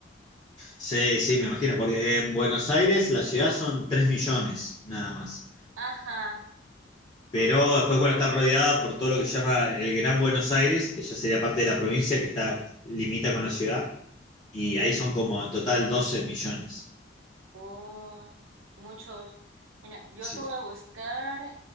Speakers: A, on the left; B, on the right.
A: Sí, sí, me imagino, porque en Buenos Aires la ciudad son 3 millones nada más.
B: Ajá.
A: Pero
B: ajá.
A: después, bueno, está rodeada por todo lo que se llama el Gran Buenos Aires, que ya sería parte de la provincia que está limita con la ciudad, y ahí son como en total 12 millones.
B: Oh, muchos. Mira, yo
A: Sí.
B: acabo de buscar